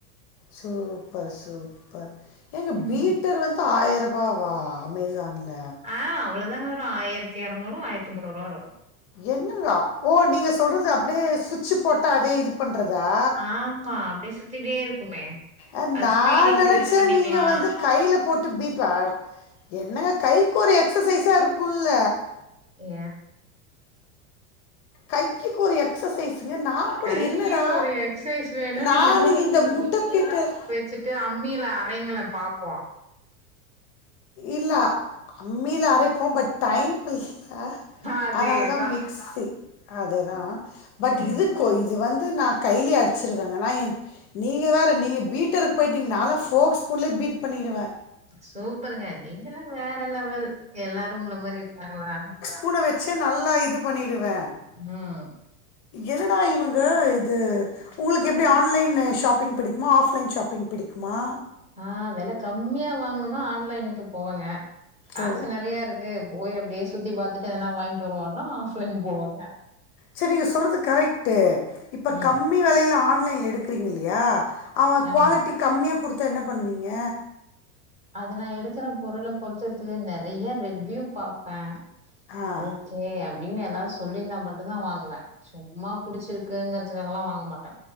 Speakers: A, on the left; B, on the right.
A: சூப்பர் சூப்பர் ஏங்க
B: ம்
A: பீட்டர் வந்து ஆயிர வாவா அமேசான்ல
B: ஆ அவ்ளோதாங்க வரு ஆயிரத்தி எரநூறு ஆயிரத்தி முன்னூறுவா வரு
A: என்னங்கா ஓ நீங்க சொல்றது அப்டியே சுவிட்சு போட்டா அதே இது பண்றதா
B: ஆமா அப்டியே சுத்திட்டே இருக்குமே
A: அ
B: அது
A: நா
B: ஸ்பீடு இன்க்ரீஸ்
A: நெனச்சே
B: பண்ணிக்கலா
A: நீங்க வந்து கைல போட்டு பீட் அ என்னங்க கைக்கு ஒரு எக்ஸசைஸா இருக்கூல
B: ஏ
A: கை க்கு ஒரு எக்சசைஸ்ங்க நா கூட
B: கைக்கு
A: என்னடா
B: ஒரு எக்சைஸ் வேணுன்னு
A: நானு இந்த முட்ட பீட்டர்
B: ச்சுட்டு அம்மில அரைங்கலே பாப்போ
A: இல்ல அம்மில அரைப் ப பட் டைம் இல்ல
B: அதேதா
A: அதனாலதா மிக்ஸி அதேதா பட்
B: ம்
A: இதுக் கொ இது வந்து நா கைலே அடிச்சிருவேங்க நா என் நீங்க வேற நீங்க பீட்டருக்கு போய்டிட்டீங்க நாலா ஃபோக் ஸ்பூன்லே பீட் பண்ணிருவே
B: சூப்பருங்க நீங்கல்லா வேற லெவல் எல்லாரு உங்கள மாரி இருப்பாங்களா
A: ஸ்பூன வச்சு நல்லா இது பண்ணிடுவே
B: ம்
A: என்னடா இவங்க இது உங்களுக் எப்டி ஆன்லைன் ஷாப்பிங் பிடிக் குமா ஆஃப்லைன் ஷாப்பிங் பிடிக்குமா
B: ஆ வெல கம்மியா வாங்கணுனா ஆன்லைனுக்கு போவங்க காசு
A: ஓ
B: நெறையா இருக்கு போய் அப்டியே சுத்தி பாத்துட்டு எதனா வாங்கிட்டு வருவோன்னா ஆஃப்லைன் போவேங்க
A: சரி நீங் சொல்றது கரெக்ட் இப்ப
B: ம்
A: கம்மியா வெலைல ஆன்லைன்ல எடுக்குறீங்க இல்லையா அவ
B: ஜாமா
A: குவாலிட்டி கம்மியா குடுத்தா என்ன பண்ணுவீங்க
B: அது நா எடுக்குற பொருள பொறுத்துருக்கு நெறைய ரிவ்யூ பாப்பே
A: ஆ
B: ஓ கே அப்டின்னு எல்லாரு சொல்லியிருந்தா மட்டுந்தா வாங்குவே சும்மா புடிச்சிருக்குங்றதுக்காகலா வாங்க மாட்டே